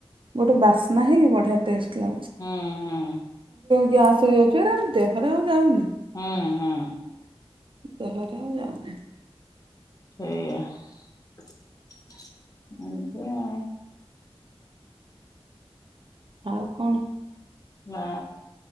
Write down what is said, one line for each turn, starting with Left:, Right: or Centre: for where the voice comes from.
Right: ଗୋଟେ ବାସ୍ନା ହେଇକି ବଢିଆ ଟେଷ୍ଟ ଲା
Left: ହୁଁ ହୁଁ।
Right: ଗ୍ୟାସ୍ ହେଇଯାଉଛି ଏରା ଦେହରେ ଆଉ ଯାଉନି।
Left: ହୁଁ ହୁଁ
Right: ଦେହରେ ଆଉ ଯାଉନି।
Left: ସେଇଆ ହେବେ ଆଉ
Right: ଆଉ କଣ
Left: ନା